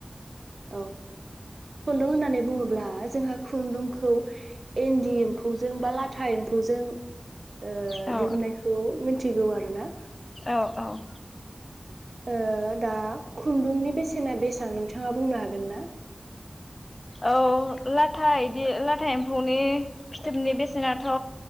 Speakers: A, on the right; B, on the left.
A: औ खुन्दुं होननानै बुङोब्ला जोंहा खुन्दुंखौ इन्दि एम्फौजों बा लाथा एम्फौजों ओ
B: औ
A: दिहुननायखौ मिथि थिगौ आरो ना
B: औ औ।
A: ओ दा खुन्दुंनि बेसेना बेसेबां नोंथाङा बुंनो हागोन ना।
B: औ लाथा इदि लाथा एम्फौनि फिथोबनि बेसेनाथ